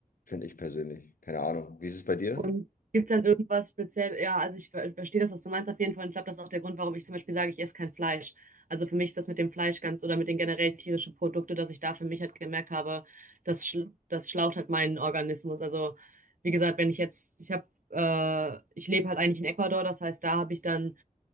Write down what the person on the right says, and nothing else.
Und gibt es dann irgendwas speziell? Ja, also ich ver verstehe das, was du meinst auf jeden Fall. Und ich glaube, das ist auch der Grund, warum ich zum Beispiel sage, ich esse kein Fleisch. Also für mich ist das mit dem Fleisch ganz oder mit den generell tierischen Produkten, dass ich da für mich halt gemerkt habe, das, schl das schlaucht halt meinen Organismus. Also wie gesagt, wenn ich jetzt, ich habe, äh, ich lebe halt eigentlich in Ecuador, das heißt, da habe ich dann